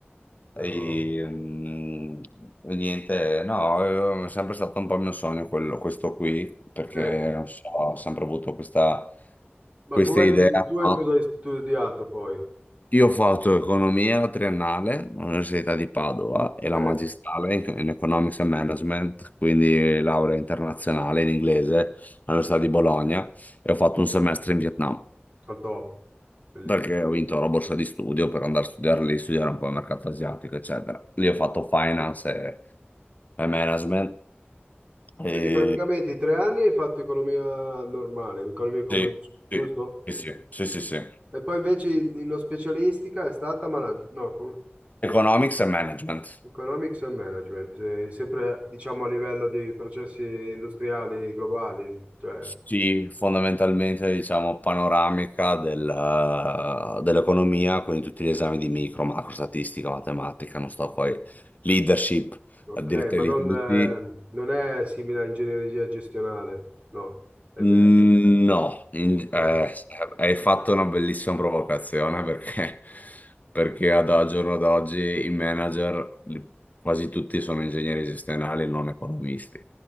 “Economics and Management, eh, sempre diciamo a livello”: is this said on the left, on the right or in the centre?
Right